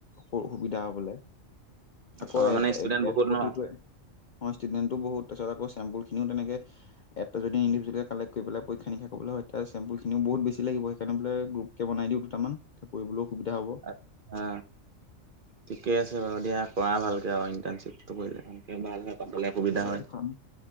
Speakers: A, on the left (about 55°); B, on the right (about 50°).
A: সু সুবিধা হ'বলে আকৌ
B: অ
A: এ
B: মানে
A: এট
B: ষ্টুডেন্ট বহুত
A: প্ৰতিটোৱে
B: ন
A: হয় ষ্টুটমেণ্টো বহুত তাৰপিছত আকৌ চেম্পুলখিনি তেনেকে এপটো যদি ইণ্ডিভিজুৱেল কালেক কৰিবলে পৰীক্ষা- নিৰিক্ষা কৰিবলে হয়তিয়া চেম্পুলনিও বহু বেছি লাগিবে সেইকাৰনে বোলো গ্ৰুপকে বনাই দিওঁ দুটা মান এতিয়া কৰিবলো সুবিধা হ'ব।
B: আট চা ঠিকে আছে বাৰু দিয়া কৰা ভালকে আৰু ইণ্টাৰ্ণশ্বিপটো কৰিলে ভালকে ভাল হে পাবলে সুবিধা
A: এ
B: হয়।
A: এখন